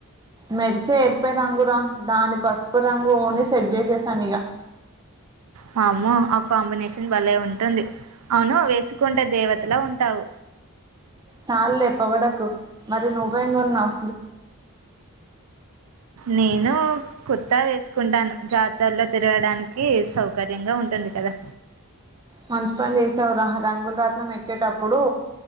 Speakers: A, on the right; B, on the right.
A: మెరిసే ఎరుపే రంగురా దాని పసుపు పు రంగు ఓని సెట్ చేసేసాను ఇగ
B: వామ్మో ఆ కాంబినేషన్ భలే ఉంటుంది అవును వేసుకుంటే దేవతలా ఉంటావు
A: చాల్లే పొగడకు మరి నువ్వేం కొన్నావు
B: నేనూ కుర్తా వేసుకుంటాను జాతర్ల తిరగడానికి సౌకర్యంగా ఉంటుంది కదా
A: మంచి పని చేసావు రా రంగుల రాట్నం ఎక్కేటప్పుడు